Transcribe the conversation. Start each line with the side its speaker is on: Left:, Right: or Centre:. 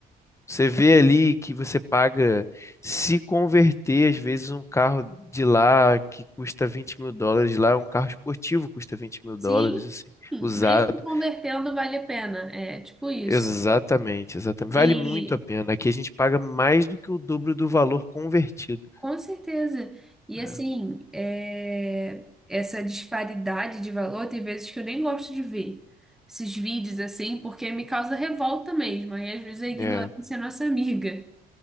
Left: você vê ali que você paga, se converter, às vezes, um carro de lá que custa 20 mil dólares, lá é um carro esportivo custa vinte mil
Centre: sim.
Left: dólares, assim, usado.
Centre: Mesmo convertendo, vale a pena. É tipo isso.
Left: Exatamente, exatamente.
Centre: E
Left: Vale muito a pena. Aqui a gente paga mais do que o dobro do valor convertido.
Centre: Com certeza. E
Left: né?
Centre: assim, é, essa disparidade de valor tem vezes que eu nem gosto de ver esses vídeos assim, porque me causa revolta mesmo. Aí às vezes a ignorância
Left: É,
Centre: é nossa amiga.